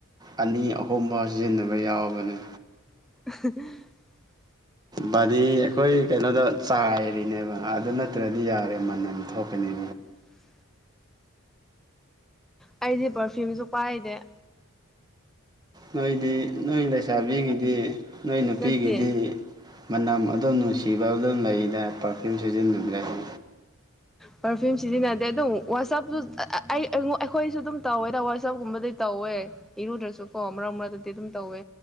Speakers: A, on the right; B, in the centre.
A: ꯑꯅꯤ ꯑꯍꯨꯝ ꯐꯥꯎ ꯁꯤꯖꯤꯟꯅꯕ ꯌꯥꯎꯕꯅꯤ
B: <unintelligible>
A: ꯕꯥꯗꯤ ꯑꯩꯈꯣꯏ ꯀꯩꯅꯣꯗ ꯆꯥꯏꯔꯤꯅꯦꯕ ꯑꯗꯨ ꯅꯠꯇ꯭ꯔꯗꯤ ꯌꯥꯔꯦ ꯃꯟꯅꯝ ꯊꯣꯛꯀꯅꯤꯅ
B: <unintelligible> ꯑꯩꯁꯦ ꯄꯔꯐ꯭ꯌꯨꯝꯁꯨ ꯄꯥꯏꯅꯦꯦ
A: ꯅꯣꯏꯗꯤ ꯅꯣꯏ ꯂꯩꯁꯥꯕꯤꯒꯤꯗꯤ ꯅꯣꯏ ꯅꯨꯄꯤꯒꯤꯗꯤ
B: ꯅꯠꯇꯦ
A: ꯃꯅꯝ ꯑꯗꯨꯝ ꯅꯨꯡꯁꯤꯕ ꯑꯗꯨꯝ ꯂꯩꯗ ꯄꯥꯔꯐ꯭ꯤꯌꯨꯝ ꯁꯤꯖꯤꯟꯅꯕꯤꯗ ꯑꯗꯨ
B: ꯄꯔꯐ꯭ꯌꯨꯝ ꯁꯤꯖꯤꯟꯅꯗꯦ ꯑꯗꯨꯝ ꯋꯥꯆꯞꯇ ꯑꯩ ꯑꯩꯈꯣꯏꯁꯨ ꯑꯗꯨꯝ ꯇꯧꯋꯦꯗ ꯋꯥꯆꯞꯀꯨꯝꯕꯗꯤ ꯇꯧꯋꯦ ꯏꯔꯨꯗ꯭ꯔꯁꯨ ꯀꯣꯝꯕ꯭ꯔꯥ ꯗꯗꯤ ꯑꯗꯨꯝ ꯇꯧꯋꯦ